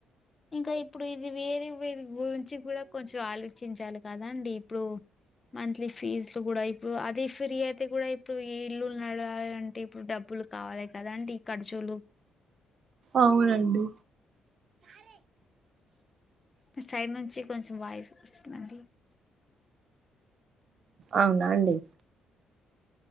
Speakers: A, on the left (about 25°); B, on the right (about 55°).
A: ఇంకా ఇప్పుడు ఇది వేరు వేరి గురించి కూడా కొంచెం ఆలోచించాలి కదా అండి ఇప్పుడు మంత్లీ ఫీజలు కూడా ఇప్పుడు అది ఫ్రీ అయితే కూడా ఇప్పుడు ఈ ఇల్లులు నడవాలి అంటే ఇప్పుడు డబ్బులు కావాలి కదా అండి ఈ ఖర్చులు
B: అవునండి
A: మీ సైడ్ నుంచి కొంచెం వాయిస్ వస్తుందండి
B: అవునా అండి